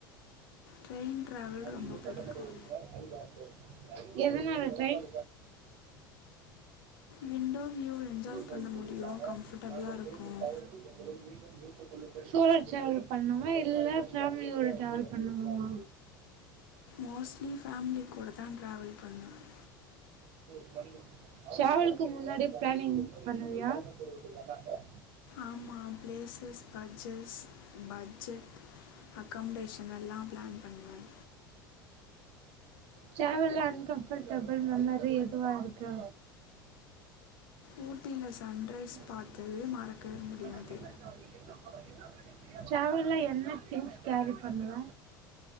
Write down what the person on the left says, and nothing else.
ட்ரெயின் ட்ராவல்
ரொம்ப பிடிக்கும்
விண்டோ வியூ என்ஜாய்
பண்ண முடியும் கம்ஃபர்டபுளாக இருக்கும்
மோஸ்ட்லி ஃபேமிலி கூட தான் ட்ராவல் பண்ணுவேன்
ஆமாம் பிளேசஸ் பட்ஜெட்ஸ் பட்ஜெட் அக்காமடேஷன் எல்லாம் பிளான் பண்ணுவேன்
ஊட்டியில் சன்ரைஸ் பார்த்தது
மறக்கவே
முடியாது